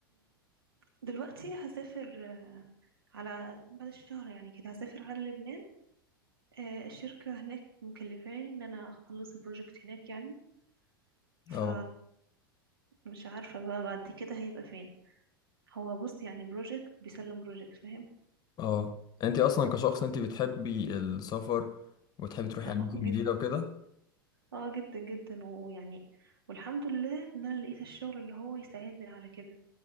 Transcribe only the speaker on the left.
أه
اه انت اصلا كشخص انت بتحبي السفر وتحبي تروحي
اماكن
جديده
وكده